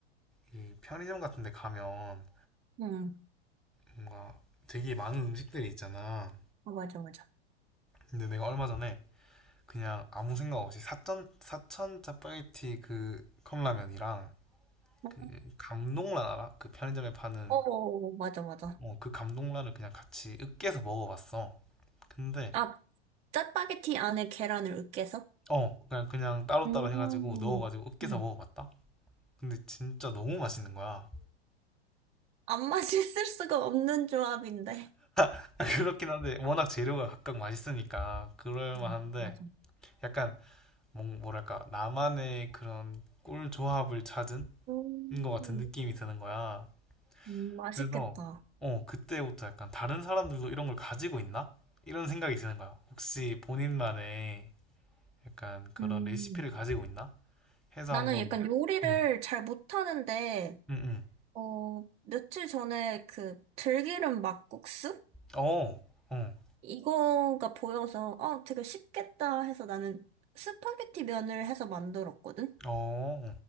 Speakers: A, in the centre; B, on the right (about 20°).
A: 이 편의점 같은 데 가면,
B: 음
A: 뭔가 되게 많은 음식들이 있잖아.
B: 어, 맞아, 맞아.
A: 근데 내가 얼마 전에 그냥 아무 생각 없이 사천 사천 짜파게티 그 컵라면이랑
B: 어,
A: 그 감동란 알아? 그 편의점에 파는
B: 어, 어, 맞아, 맞아.
A: 어, 그 감동란을 그냥 같이 으깨서 먹어봤어. 근데
B: 아, 짜파게티 안에 계란을 으깨서?
A: 어 그냥 그냥 따로따로
B: 음,
A: 해가지고 넣어가지고 으깨서
B: 음.
A: 먹어봤다. 근데 진짜 너무 맛있는 거야.
B: 안 맛있을 수가 없는 조합인데.
A: <laughs> 그렇긴 한데 워낙 재료가 각각 맛있으니까 그럴만한데
B: 음, 맞아.
A: 약간 뭐- 뭐랄까 나만의 그런 꿀 조합을 찾은
B: 음,
A: 것 같은 느낌이 드는 거야.
B: 음, 맛있겠다.
A: 그래서 어, 그때부터 약간 다른 사람들도 이런 걸 가지고 있나? 이런 생각이 드는 거야. 혹시 본인만의 약간 그런
B: 음.
A: 레시피를 가지고 있나? 해서
B: 나는
A: 한번
B: 약간 요리를
A: 음,
B: 잘 못하는데,
A: 음, 음.
B: 어, 며칠 전에 그 들기름 막국수?
A: 어, 응,
B: 이거가 보여서, 어, 되게 쉽겠다 해서 나는 스파게티 면을 해서 만들었거든?
A: 어,